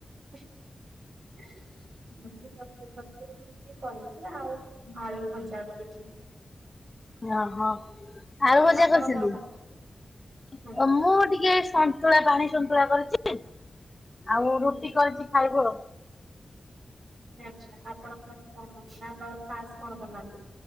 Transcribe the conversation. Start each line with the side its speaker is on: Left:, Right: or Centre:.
Right: ବେ <unintelligible> ସେ କରିଛି ଆଉ ଆଳୁ ଭଜା କରିଛି,
Left: ଏୟା ହଁ ଆଳୁ ଭଜା
Right: ଆପଣ
Left: କରିଛନ୍ତି
Right: କଣ ବନଉଛନ୍ତି?
Left: ଅ
Right: ହୁଁ
Left: ମୁଁ ଟିକେ ସନ୍, ସନ୍ତୁଳା ପାଣି ସନ୍ତୁଳା କରିଛି ଆଉ ରୁଟି
Right: ହୁଁ
Left: କରିଛି ଖାଇବ,
Right: ଆଚ୍ଛା ଆପଣଙ୍କର କଣ ପିଲାଙ୍କର ଖାସ୍ କଣ ବନାନ୍ତି?